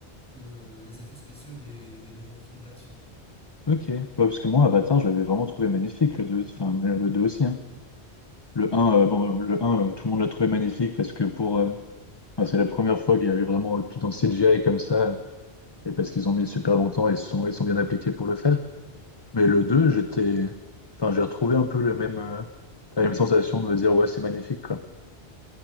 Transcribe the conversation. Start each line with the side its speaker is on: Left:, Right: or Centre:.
Centre: que les effets spéciaux des des nouveaux films d'action.
Left: Ok. Ouais, parce que moi, Avatar, je l'avais vraiment trouvé magnifique, le 2, enfin le 2 aussi. hein. Le
Centre: Ah
Left: un,
Centre: oui?
Left: euh, bon, le un, euh, tout le monde l'a trouvé magnifique parce que pour, euh, enfin, c'est la première fois qu'il y avait vraiment euh, tout en CGI comme ça et parce qu'ils ont mis super longtemps et ils sont, ils sont bien appliqués pour le faire. Mais le 2, j'étais, enfin, j'ai retrouvé un peu le même, euh, la même sensation de me dire ouais, c'est magnifique quoi.